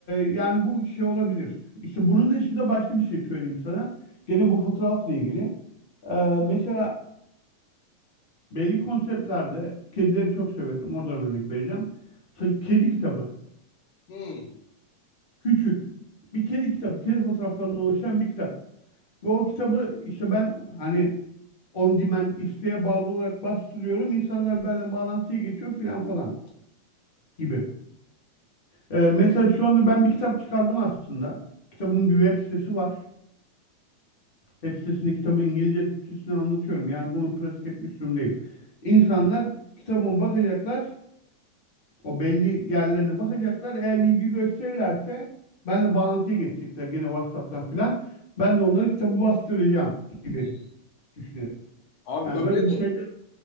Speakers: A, on the left; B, on the left.
A: yani bu şey olabilir. İşte bunun dışında başka bir şey söyleyeyim sana. Gene bu fotoğrafla ilgili. Ee, mesela belli konseptlerde kedileri çok severim. Oradan örnek vereceğim. Sa- Kedi kitabı.
B: Hmm.
A: Küçük. Bir kedi kitabı. Kedi fotoğraflarından oluşan bir kitap. Ve o kitabı işte ben hani on demand isteğe bağlı olarak bastırıyorum. İnsanlar benimle bağlantıya geçiyor filan falan gibi. Ee, mesela şu anda ben bir kitap çıkardım aslında. Kitabın bir web sitesi var. Web sitesinde kitabı İngilizce Türkçesine anlatıyorum. Yani bunu pratik etmiş durumdayım. İnsanlar kitabıma bakacaklar. O belli yerlerine bakacaklar. Eğer ilgi gösterirlerse ben de bağlantıya geçecekler gene WhatsApp'tan filan. Ben de onları kitabı bastıracağım gibi
B: Hmm.
A: düşünüyorum.
B: Abi
A: Yani
B: öyle
A: böyle bir şey de